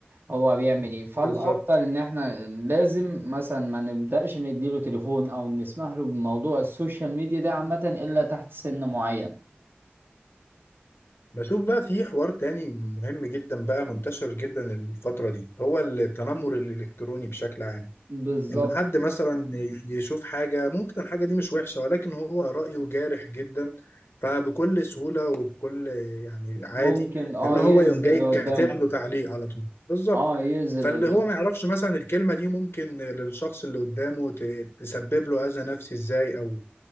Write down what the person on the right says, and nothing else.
هو بيعمل ايه فالافضل
ان احنا لازم مثلا ما نبداش نديله تليفون او نسمح له بموضوع السوشيال ميديا ده عامه الا تحت سن معين
بالظبط
ممكن اه
يأذي
اللي قدامه
اه يأذي
اللي قدامه